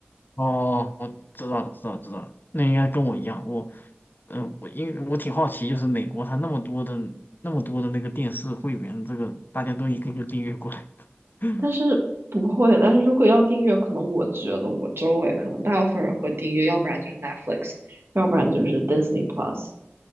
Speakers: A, on the left; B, on the right.
A: 哦，我知道了，知道了，知道了。那应该跟我一样，我，嗯、我因为我挺好奇，就是美国它那么多的那么多的那个电视会员，这个大家都一个个订阅过来。<laughs>
B: 但是不会，但是如果要订阅，可能我觉得我周围可能大部分人会订阅，要不然就是 Netflix，要不然就是 Disney Plus，